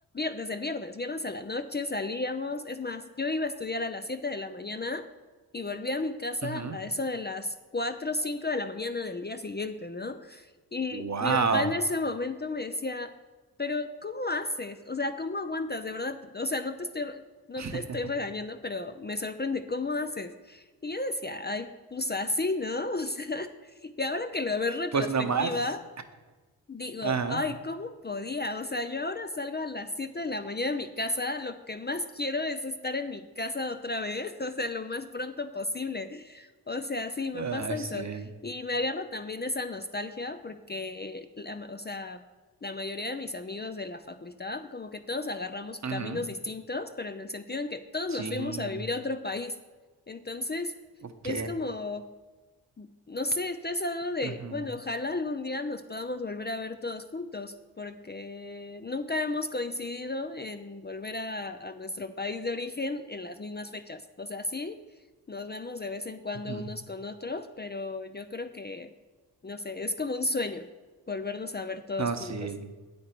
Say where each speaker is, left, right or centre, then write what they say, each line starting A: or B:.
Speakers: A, on the left (about 25°); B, on the right (about 40°).
A: desde el viernes, viernes a la noche salíamos, es más, yo iba a estudiar a las 7 de la mañana y volví a mi casa
B: ujú.
A: a eso de las 4 o 5 de la mañana del día siguiente, ¿no? Y
B: Wow.
A: mi papá en ese momento me decía, pero ¿cómo haces? O sea, ¿cómo aguantas? De verdad, o sea, no te estoy, no
B: <laughs>
A: te estoy regañando, pero me sorprende, ¿cómo haces? Y yo decía, ay, pues así, ¿no? <laughs> O sea, y ahora que lo veo en retrospectiva,
B: Pues nomás.
A: Digo,
B: Ajá.
A: ay, ¿cómo podía? O sea, yo ahora salgo a las 7 de la mañana de mi casa, lo que más quiero es estar en mi casa otra vez, <laughs> o sea, lo más pronto posible. O sea, sí, me
B: Ah,
A: pasa eso.
B: sí.
A: Y me agarra también esa nostalgia porque, la ma- o sea, la mayoría de mis amigos de la facultad, como que todos agarramos
B: Ujú,
A: caminos distintos, pero en el sentido en que todos
B: Sí.
A: nos fuimos a vivir a otro país. Entonces,
B: Ok.
A: es como no sé, estoy hablando de,
B: Ujú,
A: bueno, ojalá algún día nos podamos volver a ver todos juntos, porque nunca hemos coincidido en volver a, a nuestro país de origen en las mismas fechas. O sea, sí, nos vemos de vez en cuando
B: ujú.
A: unos con otros, pero yo creo que, no sé, es como un sueño volvernos a ver todos
B: No,
A: juntos.
B: sí.